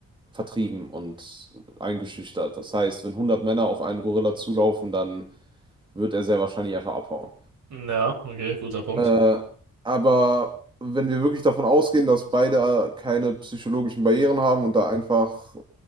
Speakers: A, on the right; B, on the right.
A: vertrieben und eingeschüchtert. Das heißt, wenn 100 Männer auf einen Gorilla zulaufen, dann wird er sehr wahrscheinlich einfach abhauen.
B: Ja, okay, guter Punkt.
A: Äh, aber wenn wir wirklich davon ausgehen, dass beide keine psychologischen Barrieren haben und da einfach